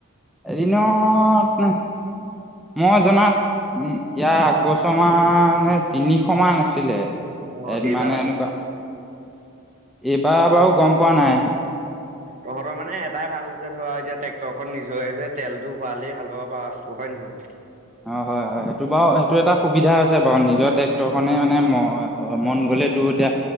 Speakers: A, in the centre; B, on the right (about 35°).
A: এদিনত মই জনাত ইয়াৰ আগবছৰ মানে তিনিশ মান আছিলে। <unintelligible>
B: অ', এইবাৰ
A: মানে এনেকুৱা, এইবাৰ বাৰু গম পোৱা নাই।
B: তহঁতৰ মানে এটাই ভাল হৈছে ধৰা এতিয়া ট্ৰেক্টৰ খ নিজৰে যে তেলটো ভৰালেই ভাল পাব পাৰ হয় নে নহয়?
A: অ', হয় হয় সেইটো বাৰু সেইটো এটা সুবিধা আছে বাৰু নিজৰ ট্ৰেক্টৰ খনেই মানে ম অ', মন গলে তো এতিয়া